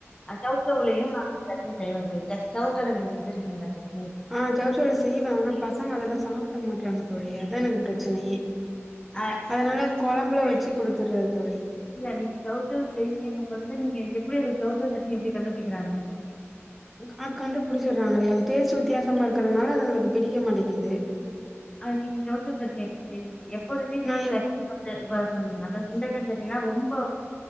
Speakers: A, on the left; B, in the centre.
A: அந் சவ்சவ்லயு நாங்க சட்னி செய்வோ தோழி சவ்சவ் ல நீங்க செஞ்சிருக்கீங்ளா சட்னி
B: ஆ சவ்சவ்ல செய்வ ஆனா பசங்க அதெல்லா சாப்ட மாட்றாங்க தோழி அதா எனக்கு பிரச்சனயே
A: ஆ
B: அதனால
A: இல்லையே
B: கொழம்புல
A: இது
B: வச்சி குடுத்துறது தோழி
A: இல்ல நீங்க சவ்சவ் செய்றீங்கங்கம் பொழுது நீங்க எப்டி அத சவ்சவ் சட்னி எப்டி கண்டுபிடிக்கிறாங்க
B: ம் ஆ கண்டுபிடிச்சிறாங்களே அது டேஸ்ட் வித்தியாசமா இருக்கிறதுனால அதுங்களுக்கு பிடிக்க மாட்டேங்குது
A: அது நீங்க சவ்சவ் சட்னி எப்டி செய்வீங்க எப்போதுமே
B: நா
A: சட்னி
B: எப்
A: <unintelligible> இப்ப அப்ப சுண்டைக்கா சட்னீன்னா ரொம்ப